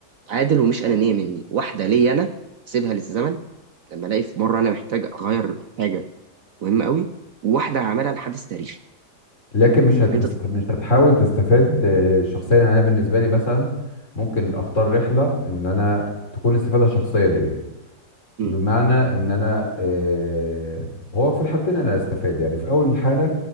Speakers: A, on the right (about 60°); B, on the left (about 45°).
A: عادل ومش أنانية مني واحدة ليا أنا سيبها للزمن لما ألاقي في مرة أنا محتاج أغير حاجة مهمة قوي وواحدة هعملها لحدث تاريخي
B: لكن مش هتست...
A: أنت ت-
B: مش هتحاول تستفاد آه، شخصيا يعني انا بالنسبه لي مثلا ممكن
A: م-
B: اختار رحله ان انا تكون استفاده شخصيه ليا
A: م-
B: بمعنى ان انا آه... هو في الحالتين انا استفاد يعني في اول حاله